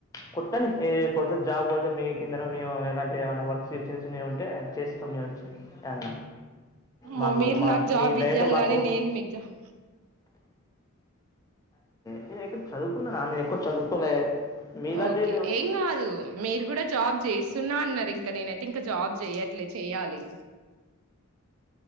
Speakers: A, on the left (about 15°); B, on the right (about 75°).
A: కుట్టని ఏ కొడితే జాబ్ కొడితే మీ కిందనో మేము ఎలాంటియో ఏమన్న వర్క్స్ చిన్న చిన్నై ఉంటే చేస్తాం వచ్చి అండ
B: మో
A: మాకు
B: మీరు
A: మా
B: నాకు జాబ్
A: మీ దయతో
B: ఇయ్యాలి
A: మాకు
B: గాని నేను మీకు జాబ్
A: నేను ఎక్కువ చదువుకున్నానా నేను ఎక్కువ చదువుకోలే మీలాంటి
B: ఓకే ఏం కాదు మీరు కూడా జాబ్ చేస్తున్నా అన్నారు ఇంక నేనైతే ఇంకా జాబ్ చేయట్లే చెయ్యాలి